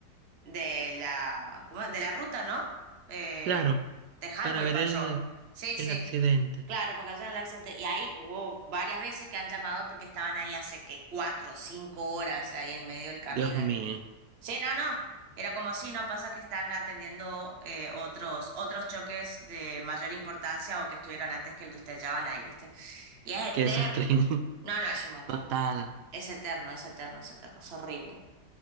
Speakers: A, on the right; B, on the right.
A: de la, ¿cómo es? De la ruta, ¿no? Eh,
B: Claro,
A: de Highway
B: para ver
A: Patrol.
B: el,
A: Sí,
B: el
A: sí,
B: accidente.
A: claro, porque allá en el accidente. Y ahí hubo varias veces que han llamado porque estaban ahí hace que cuatro o cinco horas ahí en medio del camino.
B: Dios mío,
A: Y era como, sí, no, no. Era como, sí, no pasa que están atendiendo eh, otros, otros choques de mayor importancia o que estuvieron antes que el de usted, ya van a ir, ¿viste? Y es eterno.
B: qué desastre. <laughs>
A: No, no, es un montón.
B: Total.
A: Es eterno, es eterno, es eterno. Es horrible.